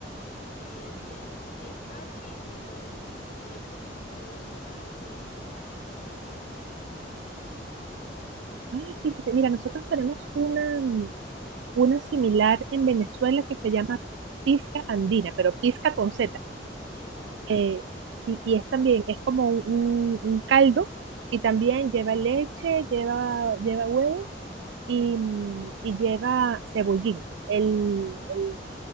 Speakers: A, on the left (about 50°); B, on the right (about 85°).
A: Y es bien, bien fácil, eso es leche con huevo y cilantro y pancito y ya.
B: Ay, fíjate, mira, nosotros tenemos una, mm, una similar en Venezuela
A: Sí.
B: que se llama pizca andina, pero pizca con Z.
A: ¿Y eso qué
B: Eh,
A: es?
B: sí, y es también, es como un, un- un caldo y también lleva leche, lleva, lleva huevo y, mm, y lleva cebollín. El, el-